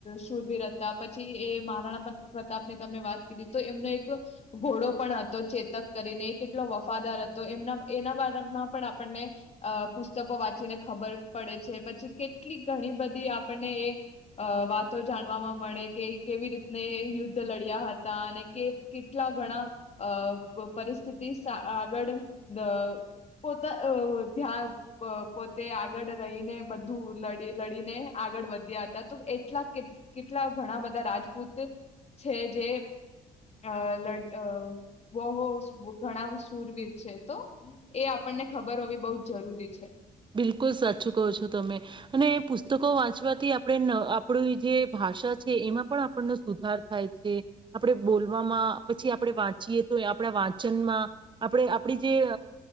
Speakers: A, on the left; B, on the right.
A: સુરવીર હતા પછી એ મહારાણા પ્રતાપની તમે વાત કરીધી તો એમનો એક ઘોડો પણ હતો ચેતક કરીને એ કેટલો વફાદાર હતો એમના એના બારામાં પણ આપણને અ પુસ્તકો વાંચીને ખબર પડે છે. પછી કેટલી ઘણી બધી આપણને એ વાતો જાણવાવામાં મળે કે કેવી રીતને યુદ્ધ લડ્યા હતા અને કે કેટલા ઘણા અ પરિસ્થિતિ સ આગળ દ પોતા ધ્યાં પોતે આગળ રહીને બધું લડી લડીને આગળ વધ્યા હતા તો અ એટલા કેટલા ઘણા બધા રાજપૂત છે જે અ લ અ <unintelligible> ઘણા સુરવીર છે તો એ આપણને ખબર હોવી બઉ જ જરૂરી છે.
B: બિલકુલ સાચું કહો છો તમે અને પુસ્તકો વાંચવાથી આપણે આપણી જે ભાષા છે એમાં પણ આપણનો સુધાર થાય છે આપણે બોલવામાં પછી આપણે વાંચીએ તો આપણા વાંચનમાં આપણે આપણી જે